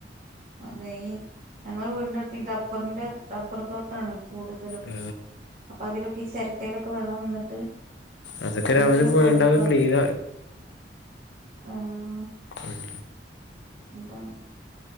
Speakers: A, on the right; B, on the left.
A: അതെ ഈ ഞങ്ങള് വീടിന്റെ അടുത്ത് ഈ ഡബ്ബറിന്റെ ഡബ്ബർ തോട്ടാണ് കൂടുതലും
B: ആ
A: അപ്പൊ അതിലൊക്കെ ഈ ചിരട്ടയിലൊക്കെ വെള്ളം നിന്നിട്ട്
B: അതൊക്കെ
A: നല്ല
B: രാവിലെ പോയാണ്ടൊക്കെ
A: കൊതുകാണ്
B: ക്ലീന
A: ആഹ്
B: ഉം
A: അതാ